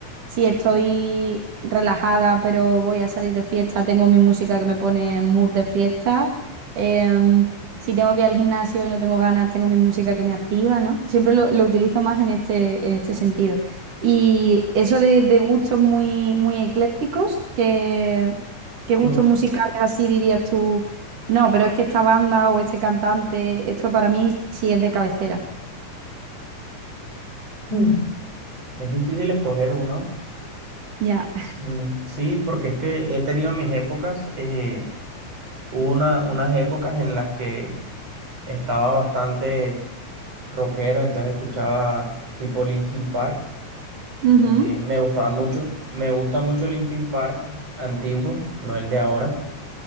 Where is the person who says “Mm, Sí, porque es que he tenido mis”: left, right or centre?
Right